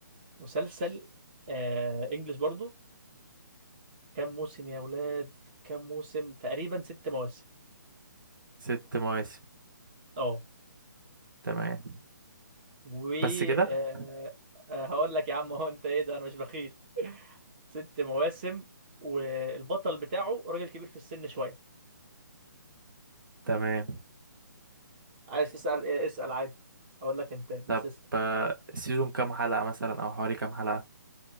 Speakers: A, on the right (about 30°); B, on the right (about 80°).
A: مسلسل آه انجلش برضو كام موسم يا ولاد كام موسم تقريبا ست مواسم
B: ست مواسم
A: اه
B: تمام
A: و
B: بس كده
A: آه آه، هقول لك يا عم هو انت ايه ده انا مش بخيل <laughs> ست مواسم والبطل بتاعه راجل كبير في السن شويه
B: تمام
A: عايز تسأل إيه اسأل عادي هقول لك انت بس
B: طب
A: اسأل
B: آه، السيزون كام حلقة مثلا او حوالي كام حلقة